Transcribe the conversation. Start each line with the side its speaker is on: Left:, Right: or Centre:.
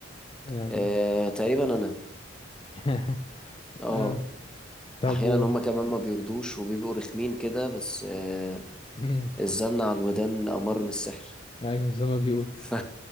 Left: يعني
Centre: آه، تقريبا انا
Left: <laughs>
Centre: اه
Left: اه طب
Centre: احيانا
Left: و
Centre: هما كمان ما بيرضوش وبيبقوا رخمين كده بس آه،
Left: <laughs>
Centre: الزن على الودان امر من السحر
Left: ايوه زي ما بيقول
Centre: ف...